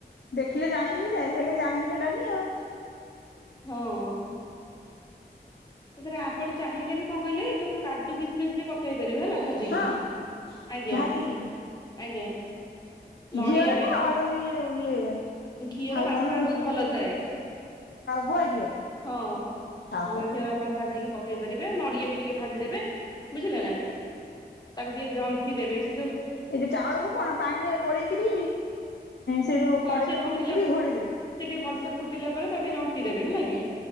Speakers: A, on the left; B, on the left.
A: ଦେଖିଲେ ଜାଣି ହେଇଯାଏ ହେଲେ ଜାଣି ହେଲାନି ଆଉ।
B: ହଁ। ତା ଦେହରେ ଆପଣ ଚାହିଁଲେ ବି କଣ କହିଲେ ଯୋଉ କାଜୁ କିସମିସ୍ ବି ପକେଇ ପାରିବେ ହେଲା ଭାଜିକି।
A: ହଁ
B: ଆଜ୍ଞା,
A: ଭାଜିକିରି
B: ଆଜ୍ଞା।
A: ଘିଅରେ
B: ନଡିଆ ବି
A: ନା ଆଉ ଯାଉଛି ଇଏ ଯୋଉ ଇଏ ଆଉ
B: ଘିଅର ବାସ୍ନା
A: କଣ ଏ
B: ବହୁତ ଭଲ ଥାଏ।
A: ଗୁଆ ଘିଅ
B: ହଁ
A: ଅହୋ
B: ଗୁଆ ଘିଅ। ଆପଣ ଭାଜିକି ପକେଇ ପାରିବେ ନଡିଆ ବି ଟିକେ ଭାଜିଦେବେ ବୁଝିଲ ନା। ତାକୁ ଟିକେ ଜନ୍ତିି ଦେବେ ସେ ଯୋଉ
A: ଏଇ ଯୋଉ ଚାଉଳକୁ କଣ ପାଣିରେ ଗୋଳେଇକିରି ସେ ଯୋଉ
B: ହଁ
A: କଡେଇରେ
B: ସେ
A: ପକେଇକିରି
B: ଫୁଟିଲା
A: ଘୋଡେଇଦେବେ।
B: ସେ ଟିକେ ଭଲସେ ଫୁଟିଲା ପରେ ତାକୁ ଟିକେ ଯନ୍ତି ଦେବେ ହେଲା କି।